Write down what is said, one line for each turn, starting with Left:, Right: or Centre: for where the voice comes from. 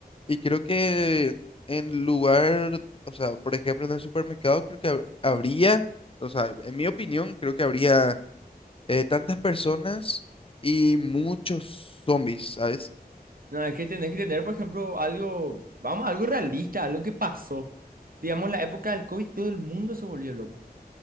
Left: Y creo que en lugar, o sea, por ejemplo, en el supermercado, creo que hab- habría, o sea, en mi opinión, creo que habría eh, tantas personas y muchos zombies, ¿sabes?
Right: No, es que tenés que tener, por ejemplo, algo, vamos, algo realista, algo que pasó. Digamos, en la época del COVID todo el mundo se volvió loco.